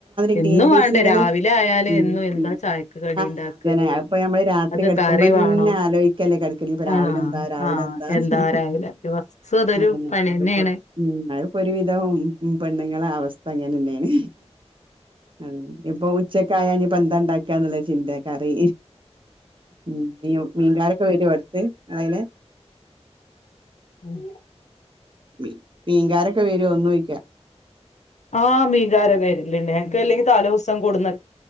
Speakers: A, on the right; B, on the left.
A: അതേമാതിരി
B: എന്നും
A: ഗ്രീൻപീസ്
B: വേണ്ടേ
A: ങ്ങള്
B: രാവിലെ ആയാല്
A: ഉം
B: എന്നും എന്താ
A: ഉം
B: ചായക്ക് കടി
A: ആ
B: ഉണ്ടാക്കല്
A: അതനെ അത്പ്പൊ ഞമ്മള് രാത്രി
B: അത്
A: കിടക്കുമ്പന്നെ
B: കറി വേണം
A: ആലോക്കല്ലേ കിടക്കണ ഇപ്പ
B: ആഹ്
A: രാവിലെ എന്താ രാവിലെ
B: ആഹ്
A: എന്താന്ന്
B: എന്താ രാവിലെ ദിവസം അതൊരു
A: അതെന്നെ
B: പണി
A: അത്പ്പോ
B: തന്നെയാണ്
A: ഉം അത്പ്പോ ഒരുവിധം ഉം ഉം പെണ്ണുങ്ങളെ അവസ്ഥ അങ്ങനെന്നെനാണ് അതെന്നെ നി ഇപ്പൊ ഉ ച്ചക്കായ ഞ്ഞിപ്പ ന്താ ഇണ്ടാക്കന്ന്ള്ള ചിന്ത കറി ഉം മീ മീൻകാരൊക്കെ വരോ തേ അയേനെ
B: ഉം
A: മീ മീൻകാരൊക്കെ വരോന്നോയിക്ക
B: ആ മീകാരൻ വരും ല്ല നെങ്ങക്കല്ലെങ്ങി തലേസ് അം കൊടന്ന്